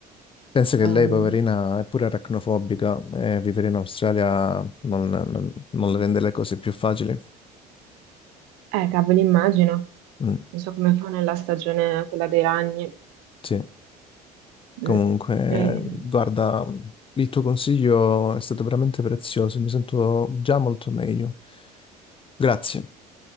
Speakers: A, on the left (about 25°); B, on the right (about 65°).
A: penso che
B: Ehm,
A: lei, poverina, è pure aracnofobica e vivere in Australia non, non- non le rende le cose più facili.
B: eh, cavolo, immagino.
A: Mm,
B: Non so come fa nella stagione quella dei ragni.
A: sì.
B: Mm.
A: Comunque,
B: Eh,
A: guarda, il tuo consiglio è stato veramente prezioso, mi sento già molto meglio. Grazie.